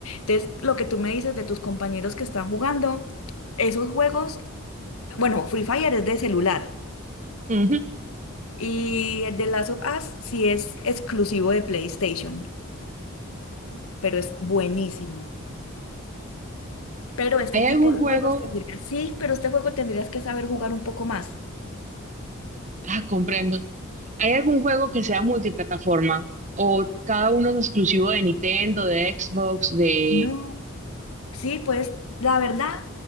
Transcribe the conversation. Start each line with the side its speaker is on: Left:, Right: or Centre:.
Left: Entonces, lo que tú me dices de tus compañeros que están jugando, esos juegos, bueno, Free Fire es de celular
Right: ujú,
Left: y el de Last of Us sí es exclusivo de PlayStation, pero es buenísimo. Pero este
Right: ¿Hay
Left: tipo
Right: algún
Left: de
Right: juego?
Left: juegos tendrías, sí, pero este juego tendrías que saber jugar un poco más.
Right: Ah, comprendo. ¿Hay algún juego que sea multiplataforma? ¿O cada uno es exclusivo de Nintendo, de Xbox, de...
Left: No. Sí, pues la verdad,